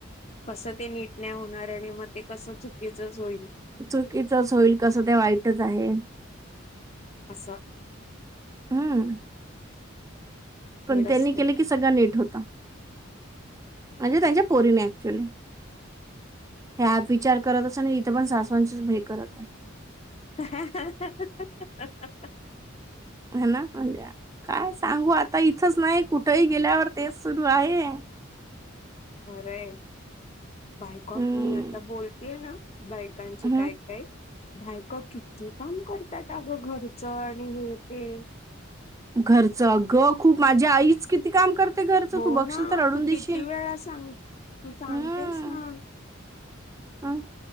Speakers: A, on the left; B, on the right.
A: कसं ते नीट न होणार आणि मग ते कस चुकीचंच होईल
B: चुकीचच होईल कसं ते वाईटच आहे
A: अस
B: हम्म पण त्यांनी
A: असत
B: केलं की सगळा नीट होत म्हणजे त्यांच्या पोरीने ऍक्च्युली हे आप विचार करत अस आणि इथे पण सासवांचीच भे करत आहे
A: <inaudible>
B: है ना म्हणजे काय सांगू आता इथंच नाही कुठही गेल्यावर तेच सुरू आहे
A: अरे बायक
B: हम्म.
A: मी आता बोलतेय ना बायकांचे
B: हम्म.
A: काय काय बायक किती काम करतात अगं घर आणि हेते.
B: घरच ग खूप माझ्या आईच किती काम करत. ते घरच
A: हो
B: तू बघक्षील
A: ना
B: तर अडून
A: तू
B: दिशील
A: किती वेळा सांग तू सांगतेस
B: हम्म.
A: ना
B: हा